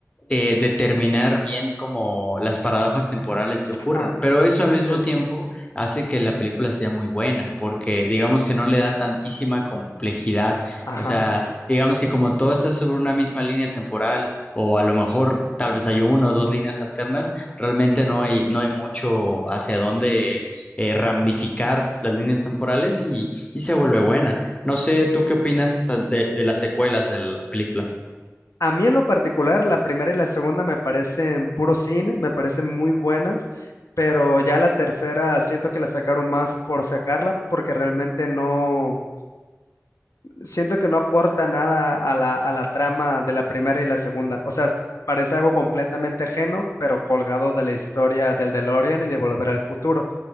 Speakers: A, on the left; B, on the left.
A: eh, determinar bien como las paradojas temporales que ocurren,
B: ah,
A: pero eso al mismo
B: sí,
A: tiempo hace que la película sea muy buena, porque digamos que no le da tantísima complejidad,
B: ajá.
A: o sea, digamos que como todo está sobre una misma línea temporal o a lo mejor tal vez hay una o dos líneas alternas, realmente no hay, no hay mucho hacia dónde eh, ramificar las líneas temporales y, y se vuelve buena. No sé, ¿tú qué opinas tan- de, de las secuelas de la película?
B: A mí en lo particular, la primera y la segunda me parecen puro cine, me parecen muy buenas, pero ya la tercera siento que la sacaron más por sacarla, porque realmente no, siento que no aporta nada a la, a la trama de la primera y la segunda. O sea, parece algo completamente ajeno, pero colgado de la historia del DeLorean y de Volver al Futuro